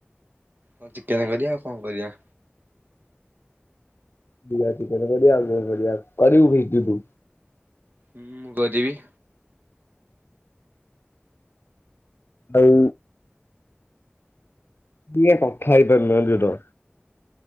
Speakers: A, on the right; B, on the left.
A: କଣ ଚିକେନ କରିବା ଆଉ କଣ କରିବା?
B: ଗୁଆ ତୀକର ବଢିଆ। ବଢିଆ କରିହୁଇତିତୁ?
A: ହୁଁ ମୁଁ କରିବି।।
B: ହଉ। ବିଏ କଥା ହେଇପାରଲେନି ର